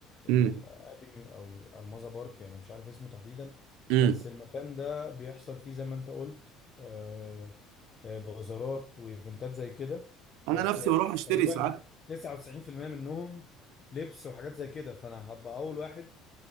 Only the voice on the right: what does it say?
امم
امم
انا
نفسي بروح اشتري
ساعات